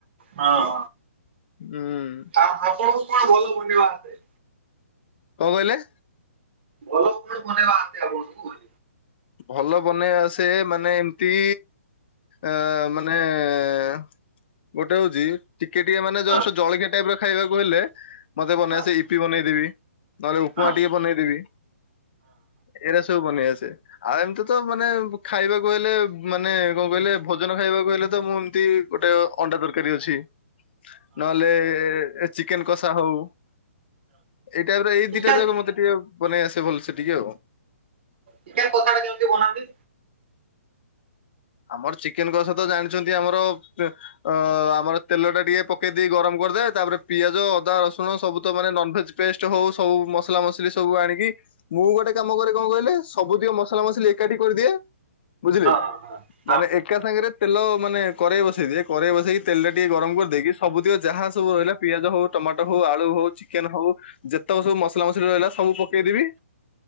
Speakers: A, on the right; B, on the left.
A: ହଁ
B: ହୁଁ କଣ
A: ଆ-ଆପଣଙ୍କୁ କଣ ଭଲ ବନେଇବା ଆସେ?
B: କଣ କହିଲେ?
A: ଭଲ କଣ ବନେଇବା? <unintelligible>
B: ଭଲ ବନେଇବାସେ ମାନେ ଏମତି ଅ-ମାନେ-ଏ ଗୋଟେ ହଉଛି ଟିକେ ଟିକେ ମାନେ
A: ହଁ
B: ଜଷ୍ଟ୍ ଜଳଖିଆଁ ଟାଇପ୍ ର ଖାଇବାକୁ ହେଲେ ମତେ ବନେଇ
A: ହଁ।
B: ଆସ ଇପି ବନେଇଦେବି, ନହେଲେ ଉପମା
A: ଚିକେନ
B: ଟିକେ ବନେଇଦେବି। ଏଇରା ସବୁ ବନେଇଆସେ। ଆଉ ଏମିତି ତ ମାନେ ଖାଇବାକୁ ହେଲେ ମାନେ କଣ କହିଲେ ଭୋଜନ ଖାଇବାକୁ ହେଲେ ତ ମୁଁ ଏମତି ଗୋଟେ ଅଣ୍ଡା ତରକାରୀ ଅଛି। ନହେଲେ ଚିକେନ କଷା ହଉ। ଏଇ ଟାଇପ୍ ରେ ଏଇ
A: ଚିକେନ
B: ଦିଇଟା ଯାକ ମତେ ଟିକେ ବନେଇ ଆସେ ଭଲସେ ଟିକେ ଆଉ।
A: ଚିକେନ କଷା ଟା କେମିତି ବନାନ୍ତି?
B: ଆମର ଚିକେନ କସା ତ ଜାଣିଛନ୍ତି ଆମର ତ୍ ଅ ଆମର ତେଲ ଟା ଟିକେ ପକେଇ ଦେଇ ଗରମ କରିଦେବେ, ତାପରେ ପିଆଜ ଅଦା ରସୁଣ ସବୁ ତ ମାନେ ନନ୍ ଭେଜ ପେଷ୍ଟ ହଉ ସବୁ ମସଲା ମସଲି ସବୁ ଆଣିକି ମୁଁ ଗୋଟେ କାମ କରେ କଣ କହିଲେ ସବୁତିକ ମସଲା ମସଲି ଏକାଠି କରିଦିଏ, ବୁଝିଲେ?
A: ହଁ ହଁ
B: ମାନେ ଏକା ସାଙ୍ଗରେ ତେଲ ମାନେ କରେଇ ବସେଇ ଦିଏ, କରେଇ ବସେଇ ତେଲ ଟିକେ ଗରମ କରିଦେଇକି ସବୁତିକ ଯାହା ସବୁ ରହିଲା ପିଆଜ ହଉ, ଟମାଟୋ ହଉ, ଆଳୁ ହଉ, ଚିକେନ ହଉ ଯେତେକ ସବୁ ମସଲା ମସଲି ରହିଲା ସବୁ ପକେଇଦେବି